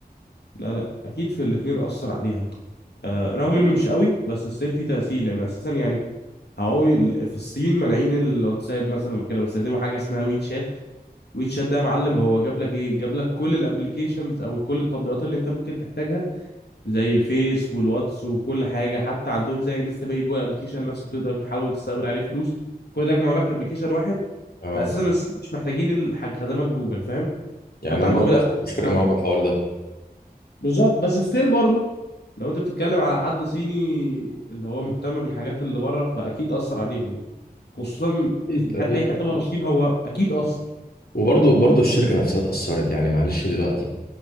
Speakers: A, on the left; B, on the left.
A: لا لا أكيد في الاتنين أثر عليها آه رغم إنه مش قوي بس ستيل في تأثير لأن أساسا يعني هواوي ال- في الصين مانعين الواتساب مثلا وكده بيستخدموا حاجة اسمها ويت شات ويت شات ده يا معلم هو جاب لك إيه جاب لك كل الابلكيشنز أو كل التطبيقات اللي أنت ممكن تحتاجها زي الفيس والواتس وكل حاجه حتى عندهم زي انستا باي جوه الابلكيشن نفسه بتقدر تحاول تستقبل عليه فلوس كل ده جمعوا لك في ابلكيشن واحد
B: اه
A: فاساسا الس- مش محتاجين الح- خدمات جوجل فاهم
B: يعني
A: حتى
B: هم
A: عندهم الاب
B: مش فارق
A: بتاعهم
B: معاهم الحوار ده
A: بالظبط بس ستيل برضه لو انت بتتكلم على حد صيني اللي هو مهتم بالحاجات اللي بره فاكيد اثر عليهم يعني خصوصا
B: أكيد أكيد
A: ح- اي حته بره الصين هو اكيد اثر
B: وبرضه برضه الشركة نفسها اتأثرت يعني معلش دلوقتي